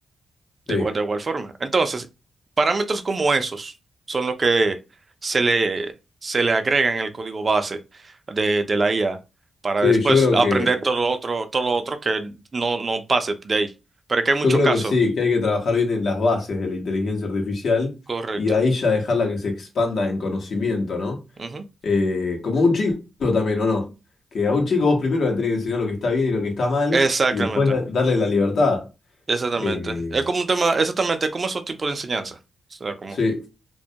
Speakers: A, on the right (about 35°); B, on the left (about 70°).
A: De
B: sí,
A: igual, de igual forma. Entonces, parámetros como esos son los que se le, se le agregan en el código base de, de la IA para
B: sí.
A: después
B: Yo creo
A: aprender
B: que,
A: todo lo otro, todo lo otro que no, no pase de ahí. Pero es que hay
B: yo
A: muchos
B: creo
A: casos.
B: que sí, que hay que trabajar bien en las bases de la inteligencia artificial
A: Correcto.
B: y de ahí ya dejarla que se expanda en conocimiento, ¿no?
A: Ujú.
B: Eh, como un chico también, ¿o no? Que a un chico vos primero le tenés que enseñar lo que está bien y lo que está mal
A: Exactamente.
B: y después darle la libertad.
A: Exactamente.
B: Eh,
A: Es como un tema, exactamente, como esos tipos de enseñanza. O sea, como.
B: sí.